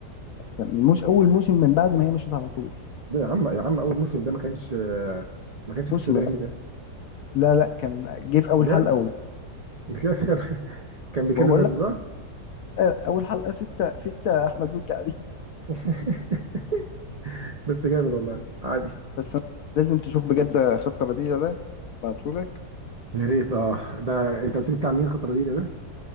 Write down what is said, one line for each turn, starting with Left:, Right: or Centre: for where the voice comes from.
Left: كان مش أول موسم من بعد ما هي مشيت على طول
Right: ده يا عم يا عم اول موسم ده ما كانش آه، ما كانش في
Left: موسم
Right: السوداني ده
Left: لا لا كان جه في أول
Right: بجد
Left: حلقة و-
Right: بجد <laughs> كان كان بيكلم
Left: وبقول
Right: نفسه
Left: لك
Right: صح؟
Left: آه، أول حلقة ستة ستة أحمد مكي قاعدين
Right: <laughs> بس جامد والله عادي
Left: <laughs> بس أنا لازم تشوف بجد خطة بديلة ده بعتهولك
Right: يا ريت اه ده انت قلت لي بتاع مين خطر دي ده